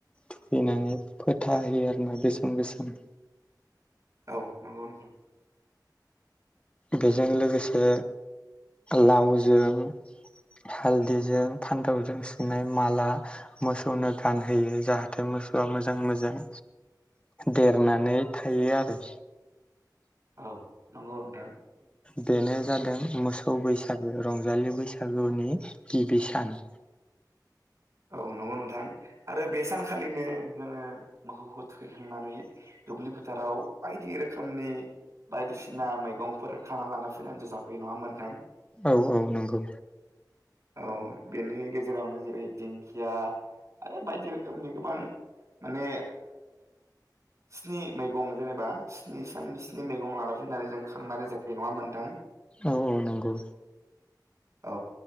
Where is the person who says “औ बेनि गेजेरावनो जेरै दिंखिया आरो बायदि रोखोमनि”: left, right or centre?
Right